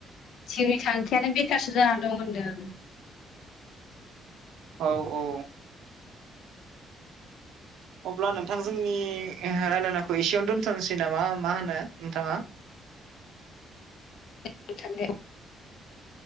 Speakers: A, on the left; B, on the right.
A: जिउनि थांखियानो बे <unintelligible> जानानै दं होनदों।
B: औ औ अब्ला नोंथां जोंनि रायलायनाखौ एसेयावनो दोन्थ'नोसै नामा मा होनो नोंथाङा?
A: औ दे नोंथां दे।